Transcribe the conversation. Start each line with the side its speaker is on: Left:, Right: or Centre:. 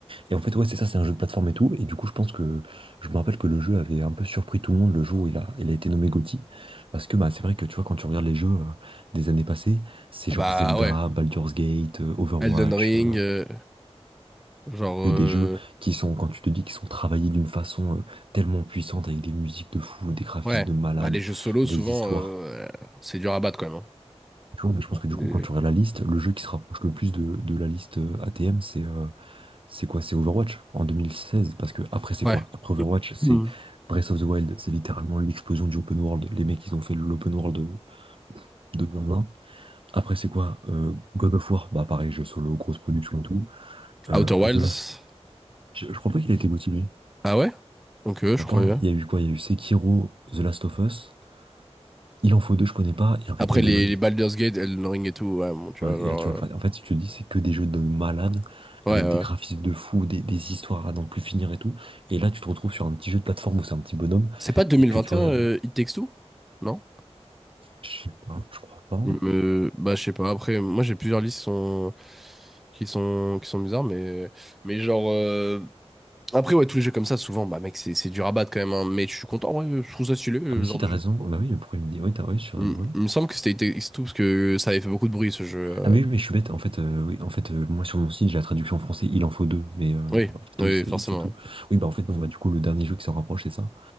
Right: Et en fait, ouais, c'est ça, c'est un jeu de plateforme et tout. Et du coup, je pense que, je me rappelle que le jeu avait un peu surpris tout le monde le jour où il a, il a été nommé GOTY. Parce que, bah, c'est vrai que, tu vois, quand tu regardes les jeux euh, des années passées, c'est
Centre: Ah
Right: genre
Centre: bah
Right: Zelda,
Centre: ouais.
Right: Baldur's Gate, euh, Overwatch,
Centre: Elden Ring,
Right: euh,
Centre: euh, genre...
Right: que
Centre: euh,
Right: des jeux qui sont, quand tu te dis qui sont travaillés d'une façon euh, tellement puissante avec des musiques de fou, des graphismes
Centre: ouais.
Right: de malade,
Centre: Bah les jeux solo,
Right: des
Centre: souvent,
Right: histoires.
Centre: euh, c'est dur à battre quand même.
Right: Tu vois, mais je pense
Centre: hein.
Right: que du
Centre: Euh,
Right: coup, quand tu regardes la liste, le jeu qui se rapproche le plus de, de la liste euh, ATM, c'est euh, c'est quoi? C'est Overwatch en 2016. Parce que après, c'est
Centre: Ouais.
Right: quoi? Après Overwatch, c'est
Centre: Hmm.
Right: Breath of the Wild, c'est littéralement l'explosion du open world. Les mecs, ils ont fait l'open world de, de 2020. Après, c'est quoi? Euh, God of War, bah pareil, jeu solo, grosse production et tout. Euh,
Centre: Outer Wilds.
Right: The Last. Je, je crois pas qu'il a été motivé.
Centre: Ah ouais? Ok, je
Right: crois
Centre: croyais.
Right: pas, hein. Il y a eu quoi? Il y a eu Sekiro, The Last of Us. Il en faut deux, je connais pas. Et après,
Centre: Après
Right: Elden
Centre: les,
Right: Ring.
Centre: les Baldur's Gate, Elden Ring et tout, ouais, bon, tu
Right: Ouais,
Centre: vois, genre...
Right: et là, tu vois,
Centre: euh,
Right: enfin, en fait, si tu te dis, c'est que des jeux de malades,
Centre: Ouais,
Right: avec
Centre: ouais.
Right: des graphismes de fou, des, des histoires à n'en plus finir et tout. Et là, tu te retrouves sur un petit jeu de plateforme où c'est un petit bonhomme,
Centre: C'est pas 2021
Right: et que tu vois, euh,
Centre: euh, It Takes Two? Non?
Right: je sais pas, je crois pas.
Centre: Il me... Bah je sais pas, après moi j'ai plusieurs listes qui sont... qui sont qui sont bizarres mais mais genre euh, après ouais tous les jeux comme ça souvent bah mec c'est c'est du rabat quand même hein. mais je suis content ouais je trouve ça stylé le
Right: Ah, mais si,
Centre: genre
Right: t'as
Centre: de
Right: raison.
Centre: jeu.
Right: Bah oui, mais pourquoi il me dit, oui, t'as, oui, sur,
Centre: Il,
Right: oui.
Centre: il me semble que c'était It Takes Two parce que ça avait fait beaucoup de bruit ce jeu. euh.
Right: Ah, mais oui, mais je suis bête. En fait, euh, oui, en fait, euh, moi, sur mon site, j'ai la traduction en français, il en faut deux. Mais euh,
Centre: Oui,
Right: en fait,
Centre: oui,
Right: oui,
Centre: forcément
Right: tout.
Centre: ouais.
Right: Oui, bah en fait, bon, bah, du coup, le dernier jeu qui s'en rapproche, c'est ça.